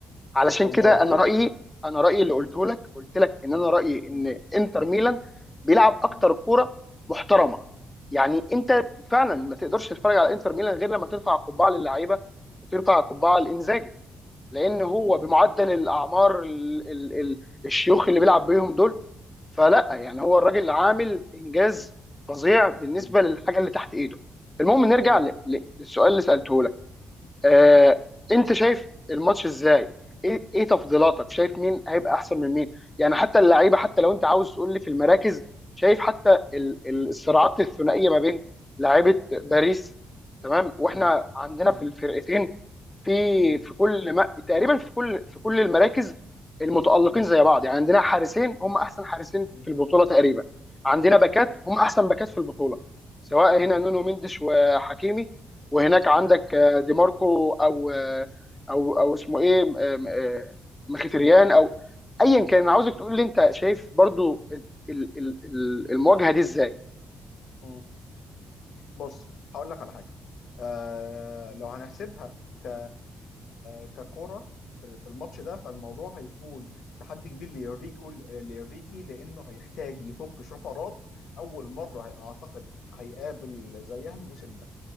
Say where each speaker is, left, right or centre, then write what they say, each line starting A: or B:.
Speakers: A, on the left; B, on the left.
A: علشان
B: فالموضوع
A: كده انا رايي انا رايي اللي
B: مم.
A: قلته لك قلت لك ان
B: مم.
A: انا رايي ان
B: مم.
A: انتر ميلان بيلعب اكتر
B: مم.
A: كوره محترمه يعني انت فعلا ما تقدرش تتفرج على انتر ميلان غير لما ترفع القبعه للعيبه وترفع القبعه لانزاجي لان هو
B: مم.
A: بمعدل الاعمار ال ال ال الشيوخ اللي بيلعب بيهم دول فلا يعني هو الراجل عامل انجاز فظيع بالنسبه
B: مم.
A: للحاجه اللي تحت ايده المهم نرجع
B: مم.
A: ل- ل- للسؤال اللي سالته لك آه انت شايف الماتش ازاي ايه ايه تفضيلاتك شايف مين هيبقى احسن من مين يعني حتى اللعيبه حتى لو انت عاوز تقول لي في المراكز شايف حتى ال- ال- الصراعات الثنائيه ما بين لعيبه باريس
B: مم.
A: تمام واحنا
B: مم.
A: عندنا
B: مم.
A: في الفرقتين في
B: مم.
A: في كل ما تقريبا في كل في كل المراكز المتألقين
B: مم.
A: زي بعض يعني عندنا حارسين
B: مم.
A: هم
B: مم.
A: احسن حارسين
B: مم.
A: في البطولة تقريبا عندنا باكات هم احسن باكات في البطولة سواء هنا
B: مم.
A: نونو مندش وحكيمي وهناك عندك
B: مم.
A: آه، دي ماركو او آه، او او اسمه ايه آم، آه، مخيتريان او ايا
B: مم.
A: كان انا عاوزك تقول لي انت شايف برضو ال- ال- ال- المواجهة دي ازاي
B: مم. بص هقول لك على حاجه آه لو هنحسبها ك ككره في في الماتش ده فالموضوع هيكون تحدي كبير لإنريكو لإنريكي لأنه هيحتاج يفك شفرات أول مرة هي- أعتقد هيقابل زيها الموسم ده